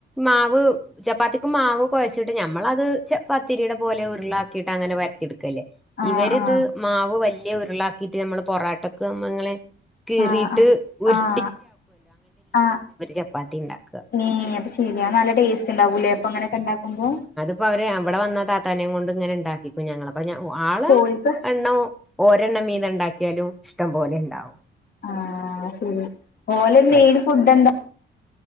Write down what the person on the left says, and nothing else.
ആഹ്
ആഹ്
ആഹ് ആഹ്
ആഹ് ആഹ്
ഏഹ് അപ്പൊശരിയാ നല്ല ടെസ്റ്റ്‌ണ്ടാകുംലെ ങ്ങനെക്കെണ്ടക്കു ക്കുമ്പോ
ഓൽക്ക്
ആഹ് ശരി ഓലെ മെയിൻ
ഫുഡെന്താ